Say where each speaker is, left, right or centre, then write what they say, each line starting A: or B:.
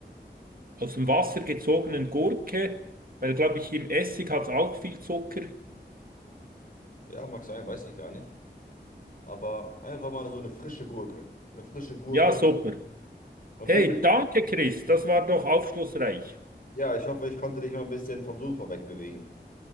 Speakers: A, on the right; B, on the left.
A: aus dem Wasser gezogenen Gurke, weil, glaube ich, im Essig hat es auch viel Zucker.
B: ja, mag sein, weiß ich gar nicht. Aber einfach mal so eine frische Gurke. Eine frische Gurke.
A: Ja, super.
B: Und
A: Hey,
B: wenn du,
A: danke, Chris, das war doch aufschlussreich.
B: ja, ich hoffe, ich konnte dich mal ein bisschen vom Sofa wegbewegen.